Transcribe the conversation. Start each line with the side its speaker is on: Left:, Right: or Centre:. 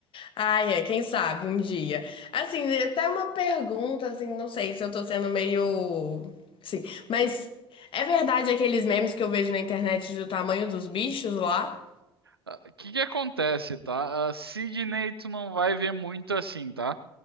Left: Ai, é, quem sabe um dia. Assim, é até uma pergunta, assim, não sei se eu tô sendo meio. Sim, mas é verdade aqueles memes que eu vejo na internet do tamanho dos bichos lá?
Right: Ah, O que que acontece, tá? Ah, Sydney tu não vai ver muito assim, tá?